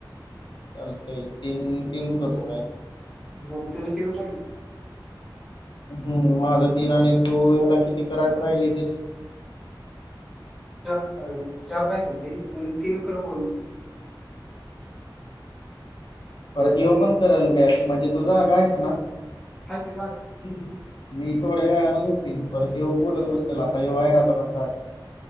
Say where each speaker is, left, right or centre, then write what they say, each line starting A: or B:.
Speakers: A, on the left; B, in the centre.
A: लतय तीन तीन करू आहे
B: मग तझ तीनच
A: हम् माझं तीन आणि तू ह्याला किती करायच राहिली तस
B: चार चार काय होते प तीन कर बोलून
A: परदी
B: हाय
A: पण करेल बॅक म्हणजे तुझा अगा आहेस ना
B: हिय
A: हम्म. मी थोड्या वेळानं झोपेन परत येऊ बोलत बसल आता येऊ आहे रा आता परत